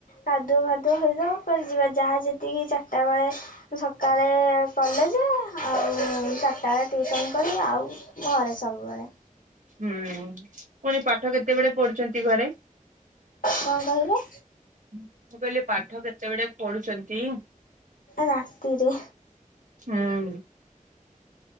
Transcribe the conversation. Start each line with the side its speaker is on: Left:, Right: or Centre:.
Left: କାଦୁଅ ଫାଦୁଅ ହେଇଥିବ କୁଆଡେ ଯିବା ଯାହା ଯେତିକି ଚାରଟା ବେଳେ ସକାଳେ କଲେଜ ଆଉ ଚାରିଟା ବେଳେ ଟିଉସନ କରିବି ଆଉ ଘରେ ସବୁବେଳେ
Right: ହୁଁ ପୁଣି ପାଠ କେତେବେଳେ ପଢୁଛନ୍ତି ଘରେ?
Left: କଣ କହିଲେ
Right: ମୁଁ କହିଲି ପାଠ କେତେବେଳେ ପଢୁଛନ୍ତି।
Left: ରାତିରେ।
Right: ହୁଁ